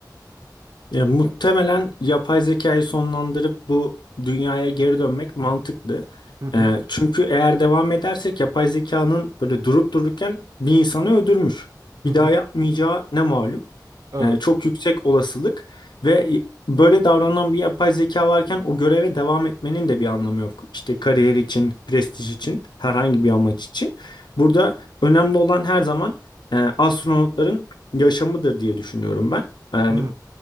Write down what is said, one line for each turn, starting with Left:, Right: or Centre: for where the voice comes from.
Left: Ya, muhtemelen yapay zekayı sonlandırıp bu dünyaya geri dönmek mantıklı.
Right: Hı hı.
Left: Ee, çünkü eğer devam edersek yapay zekanın böyle durup dururken bir insanı öldürmüş.
Right: Hı
Left: Bir
Right: hı.
Left: daha yapmayacağı ne malum.
Right: Evet.
Left: Ee, çok yüksek olasılık ve böyle davranan bir yapay zeka varken o göreve devam etmenin de bir anlamı yok. İşte kariyer için, prestij için, herhangi
Right: Hı hı.
Left: bir amaç için. Burada önemli olan her zaman e, astronotların yaşamıdır diye düşünüyorum ben. Yani
Right: Hı